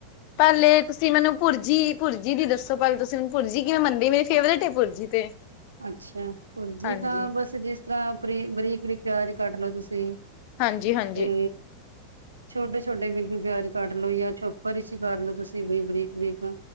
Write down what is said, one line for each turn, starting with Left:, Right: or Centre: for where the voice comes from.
Left: ਪਹਿਲੇ ਤੁਸੀਂ ਮੈਨੂੰ, ਪੁਰਜੀ ਪੁਰਜੀ ਦੀ ਦੱਸੋ ਪਹਿਲੇ ਤੁਸੀਂ ਮੈਨੂੰ ਪੁਰਜੀ ਕਿਵੇਂ ਬਨਦੀ ਏ, ਮੇਰੀ ਫੇਵਰੇਟ ਹੈ ਪੁਰਜੀ ਤੇ
Right: ਅੱਛਾ, ਪੁਰਜੀ
Left: ਹਾਂਜੀ,
Right: ਤਾਂ ਬਸ ਜਿਸ ਤਰ੍ਹਾਂ ਰੀ ਬਰੀਕ ਬਰੀਕ ਪਿਆਜ ਕੱਟ ਲਓ ਤੁਸੀਂ
Left: ਹਾਂਜੀ-ਹਾਂਜੀ,
Right: ਤੇ, ਛੋਟੇ ਛੋਟੇ ਬਿ ਪਿਆਜ ਕੱਟ ਲਓ ਯਾ ਛੋਪਰ ਇਚ ਕਰ ਲੋ ਤੁਸੀਂ ਵੀ ਬਰੀਕ ਬਰੀਕ